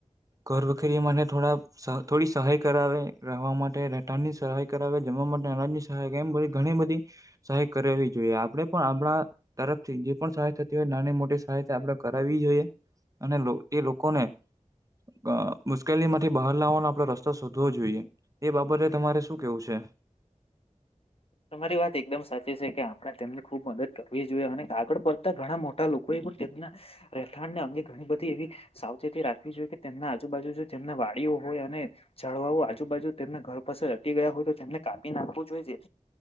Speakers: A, on the right; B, on the left.
A: ઘર વખરી માટે થોડા થોડી સહાય કરાવે રહેવા માટે રહેઠાણ ની સહાય કરાવે જમવા માટે અનાજની સહાય કેમ બધી ઘણી ગણી બધી સહાય કરવી જોઈએ આપણે પણ આપણા તરફથી જે પણ સહાય થાય નાની મોટી સહય આપણે કરાવવી જોઈએ અને એ લોકો કોને હ મુશ્કેલીમાંથી બહાર લાવવાનો આપડણે રસ્તો શોધવો જોઈએ એ બાબતે તમારે શું કેવું છે.
B: તમારી વાત એકદમ સાચી છે કે આપણે તેમને ખુબ મદદ કરવી જોઈએ અને કાગળ પડતા ઘણા મોટા લોકો એ પણ તેમના રહેઠાણને અંગે ઘણી બધી એવી થી રાખવી જોઈએ કે તેમના આજુબાજુ જેમના વાડીઓ હોય અને જડવાઓ આજુબાજુ તેમના ઘર પાસે વધી ગયા હોય તો તેમને કાપી નાખવુ જોઈએ જેથી